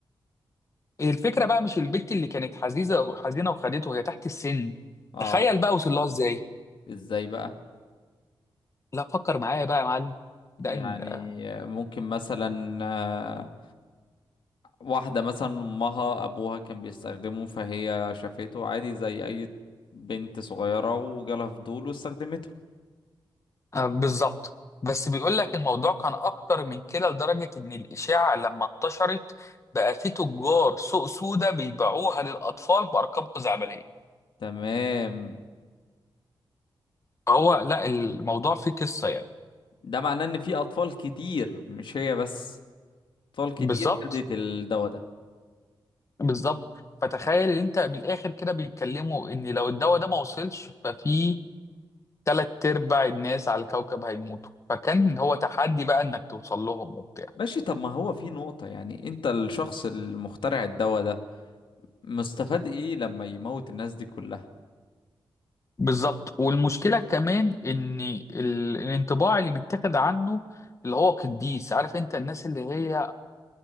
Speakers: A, on the left (about 35°); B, on the left (about 70°).
A: الفكره بقى مش البت اللي كانت حزيزه حزينه وخدته هي تحت السن
B: اه
A: تخيل بقى وصل لها ازاي
B: ازاي بقى
A: لا فكر معايا بقى يا معلم ده
B: يعني
A: ال-
B: ممكن مثلا آه، واحدة مثلا امها ابوها كان بيستخدمه فهي شافته عادي زي اي بنت صغيرة وجالها فضول واستخدمته
A: آه، بالظبط بس بيقول لك الموضوع كان اكتر من كده لدرجه ان الاشاعه لما انتشرت بقى في تجار سوق سودا بيبيعوها للاطفال بارقام خزعبليه
B: تمام
A: هو لا الموضوع فيه قصه يعني
B: ده معناه ان في اطفال كتير مش هي بس اطفال كتير
A: بالظبط
B: خدت الدواء ده
A: بالظبط فتخيل ان انت من الاخر كده بيتكلموا ان لو الدواء ده ما وصلش ففي تلات ارباع الناس على الكوكب هيموتوا فكان هو تحدي بقى انك توصل لهم وبتاع
B: ماشي طب ما هو في نقطة يعني انت الشخص المخترع الدواء ده مستفاد ايه لما يموت الناس دي كلها
A: بالظبط والمشكله كمان ان ال- الانطباع اللي متاخد عنه اللي هو قديس عارف انت الناس اللي هي